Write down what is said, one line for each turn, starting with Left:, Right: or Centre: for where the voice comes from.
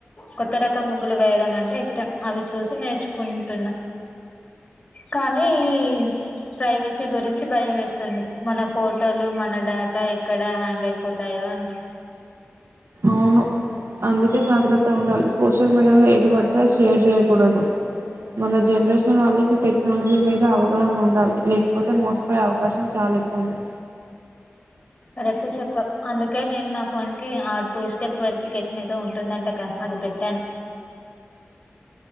Left: కొత్త రకం ముగ్గులు వేయడం అంటే ఇష్టం. అవి చూసి నేర్చుకుంటున్నా కానీ ఈ ప్రైవసీ గురించి భయం వేస్తుంది. మన ఫోటోలు మన డేటా ఎక్కడ హ్యాంగ్ అయిపోతాయో అని
Right: అవును అందుకే జాగ్రత్త ఉండాలి సోషల్ మీడియాలో ఏది పడితే షేర్ చేయకూడదు. మన జనరేషన్ వాళ్ళకి టెక్నాలజీ మీద అవగాహన ఉండాలి లేకపోతే మోసపోయే అవకాశం చాలా ఎక్కువ ఉంది.
Left: ట్ చెప్పవ్. అందుకే నేను నా ఫోన్ కి ఆ టూ స్టెప్ వెరిఫికేషన్ ఏదో ఉంటుందంటగా అది పెట్టాను.